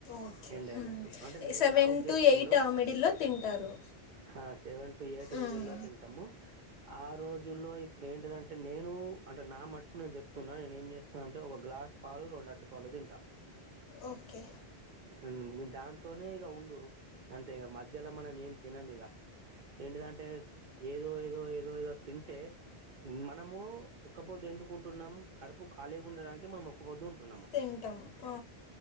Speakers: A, on the left; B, on the right.
A: ఓకే
B: ఎండ్ అయినట్టు అంటే నే
A: సెవెన్
B: నా ఉద్దేశంలో
A: టు ఎయిట్ ఆ మీడిల్లో తింటారు
B: ఆ సెవెన్ టు ఎయిట్
A: మ్మ్.
B: మిడిల్ లో తింటాము ఆ రోజుల్లో ఇప్పుడు ఏంటిదంటే నేను అంటే నా మట్టికు నేను చెప్తున్నా నేనేం చేస్తానంటే ఒక గ్లాస్ పాలు రెండు అరిటిపొల్లు తింట
A: ఓకే
B: ఈ దాంతోనే ఇక ఉండుడు అంటే ఇక మధ్యలో మనం ఏం తినను ఇక ఏంటిదంటే ఏదో ఏదో ఏదో ఏదో తింటే మనము ఒక్క పొద్దు ఎందుకుంటున్నాము కడుపు ఖాళీగా ఉండడానికి మనం ఒక్క పొద్దు ఉంటున్నాము.
A: తింటాం పా